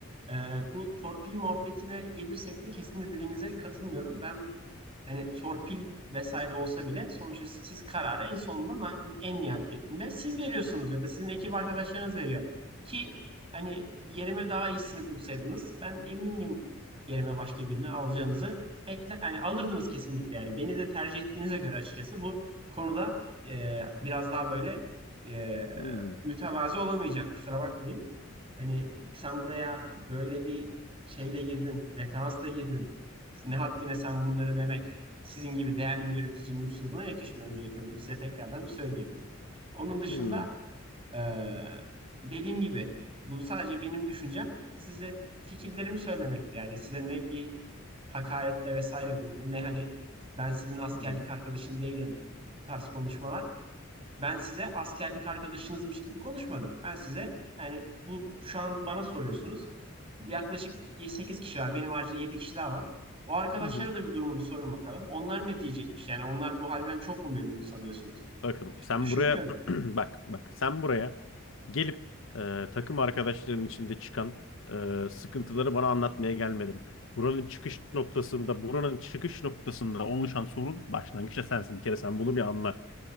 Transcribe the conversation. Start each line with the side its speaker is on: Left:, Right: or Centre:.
Right: Ee, bu torpil muhabbetine gelirsek de kesinlikle dediğinize katılmıyorum. Ben hani torpil vesaire olsa bile sonuçta siz kararı en sonunda na- en nihayetinde siz veriyorsunuz ya da sizin ekip arkadaşlarınız veriyor. Ki hani yerime daha iyisini bulsaydınız ben eminim yerime başka birini alacağınızı bekle hani alırdınız kesinlikle yani beni de tercih ettiğinize göre açıkçası bu konuda e, biraz daha böyle e,
Left: Hmm,
Right: mütevazi olamayacağım kusura bakmayın. Hani sen buraya böyle bir şeyle girdin, referansla girdin. Ne haddine sen bunları demek sizin gibi değerli bir yöneticinin üslubuna yakışmıyor. Öncelikle bunu size tekrardan bir söyleyeyim. Onun dışında
Left: hmm,
Right: eee, dediğim gibi bu sadece benim düşüncem. Size fikirlerimi söylemekti. Yani size ne bir hakarette vesaire bulundum ne hani ben sizin askerlik
Left: hı hı,
Right: arkadaşın değilim bu tarz konuşmalar. Ben size askerlik arkadaşınızmış gibi konuşmadım. Ben size yani bu şu an bana soruyorsunuz. Yaklaşık 8 kişi var. Benim haricinde 7 kişi daha var. O arkadaşlara
Left: hı hı.
Right: da bu durumu bir sorun bakalım. Onlar ne diyecekmiş? Yani onlar bu halden çok mu memnun sanıyorsunuz?
Left: Bakın
Right: Pek
Left: sen
Right: düşünmüyorum.
Left: buraya <clears throat> bak bak sen buraya gelip e, takım arkadaşlarının içinde çıkan e, sıkıntıları bana anlatmaya gelmedin. Buranın çıkış noktasında, buranın çıkış noktasında oluşan sorun başlangıçta sensin. Bir kere sen bunu bir anla.